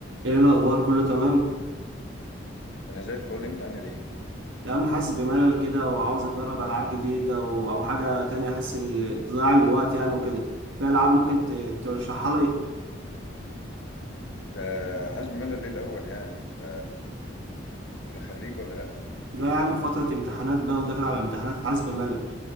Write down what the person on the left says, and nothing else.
انا زي الفل انت عامل ايه
انت حاسس بملل ليه الاول يعني انت انت خريج ولا لا